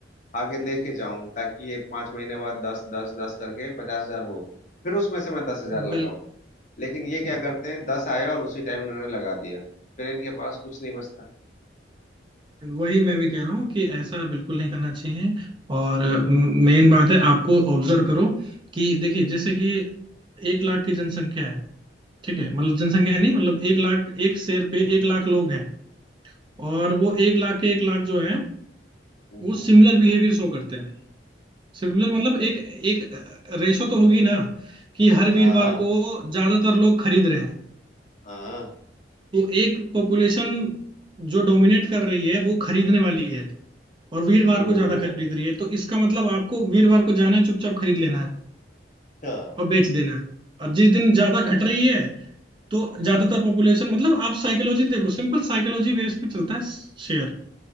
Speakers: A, on the left; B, on the right.
A: आगे लेके जाऊं ताकि ये पांच महीने बाद दस दस दस करके पचास हजार हो फिर उसमें से मैं दस हजार
B: हो बिल्कुल
A: लगाऊं लेकिन ये क्या
B: हाँ।
A: करते हैं दस आए और उसी टाइम इन्होंने लगा दिया फिर इनके पास कुछ नहीं बचता
B: वही मैं भी कह रहा हूँ कि ऐसा बिल्कुल नहीं करना चाहिए और मेन बात है आपको ऑब्जर्व करो कि देखिए जैसे कि एक लाख की जनसंख्या है ठीक है मतलब जनसंख्या नहीं मतलब एक लाख एक शेर पे एक लाख लोग हैं और वो एक लाख के एक लाख जो है
A: हम्म
B: वो सिमिलर बिहेवियर शो करते हैं सिमिलर मतलब एक एक रेशो तो होगी ना कि हर
A: हाँ
B: वीरवार को ज्यादातर लोग खरीद रहे हैं
A: हाँ
B: तो एक पॉपुलेशन जो डोमिनेट कर रही है वो खरीदने वाली है और वीरवार
A: ओ
B: को ज्यादा खरीद रही है तो इसका मतलब आपको वीरवार को जाना है चुपचाप खरीद लेना है
A: अच्छा
B: और बेच देना है और जिस दिन ज्यादा घट रही है तो ज्यादातर पॉपुलेशन मतलब आप साइकोलॉजी देखो सिंपल साइकोलॉजी बेस पे चलता है शेयर